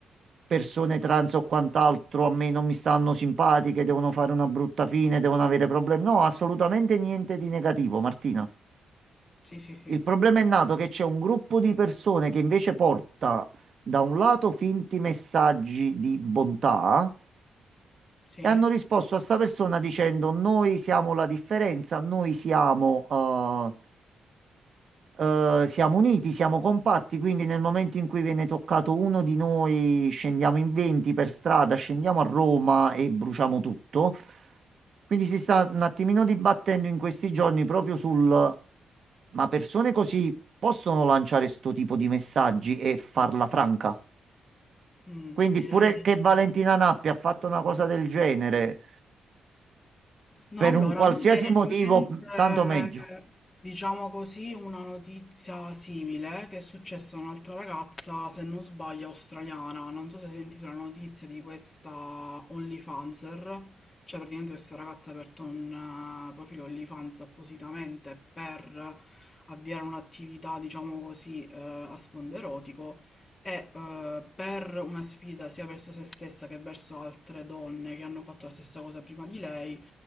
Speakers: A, on the right (about 60°); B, on the left (about 35°).
A: persone trans o quant'altro a me non mi stanno simpatiche, devono fare una brutta fine, devono avere problemi. No, assolutamente niente di negativo, Martina.
B: Sì, sì, sì.
A: Il problema è nato che c'è un gruppo di persone che invece porta da un lato finti messaggi di bontà
B: Sì,
A: e hanno risposto a sta persona dicendo noi siamo la differenza, noi siamo eh, eh, siamo uniti, siamo compatti, quindi nel momento in cui viene toccato uno di noi, scendiamo in 20 per strada, scendiamo a Roma e bruciamo tutto. Quindi si sta un attimino dibattendo in questi giorni proprio sul, ma persone così possono lanciare sto tipo di messaggi e farla franca?
B: Mm,
A: Quindi
B: direi
A: pure
B: che...
A: che Valentina Nappi ha fatto una cosa del genere,
B: No,
A: per
B: allora,
A: un qualsiasi
B: mi viene in
A: motivo,
B: mente,
A: tanto meglio.
B: diciamo così, una notizia simile eh, che è successa a un'altra ragazza, se non sbaglio, australiana. Non so se hai sentito la notizia di questa OnlyFanser, cioè praticamente questa ragazza ha aperto un eh, profilo OnlyFans appositamente per avviare un'attività, diciamo così, eh, a sfondo erotico e eh, per una sfida sia verso se stessa che verso altre donne che hanno fatto la stessa cosa prima di lei